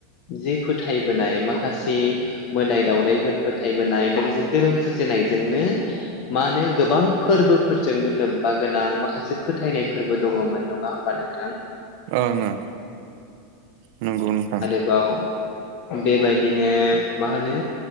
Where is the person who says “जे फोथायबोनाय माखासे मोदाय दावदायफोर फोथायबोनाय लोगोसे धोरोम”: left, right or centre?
Left